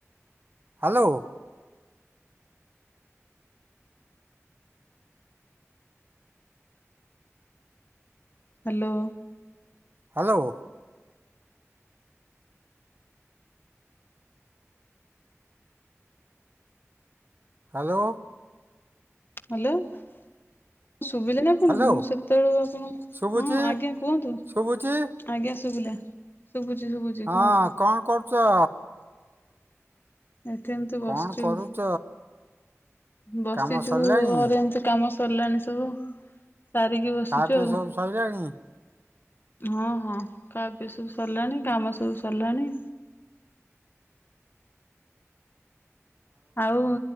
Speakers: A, on the right; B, on the left.
A: Hello.
B: Hello.
A: Hello. Hello.
B: Hello. ହଁ ଶୁଭିଲା ନା ଆପଣଙ୍କୁ?
A: ହ୍ୟାଲୋ
B: ମୁଁ ସେତେବେଳ ଆପଣ
A: ଶୁଭୁଛି
B: ହଁ ଆଜ୍ଞା କୁହନ୍ତୁ
A: ଶୁଭୁଛି
B: ଆଜ୍ଞା ଶୁଭିଲା। <inaudible> ଶୁଭୁଛି
A: ହଁ
B: କୁହନ୍ତୁ
A: କଣ କରୁଛ?
B: ଏଠି ଏମତି ବସିଛୁ।
A: କଣ କରୁଛ
B: ବସିଛୁ
A: କାମ ସରିଲାଣି
B: ଘରେ ଏମିତି କାମ ସରିଲାଣି ସବୁ। ସାରିକି ବସିଛୁ
A: ଖାଇବା ପିଇବା
B: ଆଉ।
A: ସବୁ ସରିଲାଣି
B: ହଁ ହଁ କା ବି ସବୁ ସରିଲାଣି କାମ ସବୁ ସରିଲାଣି। ଆଉ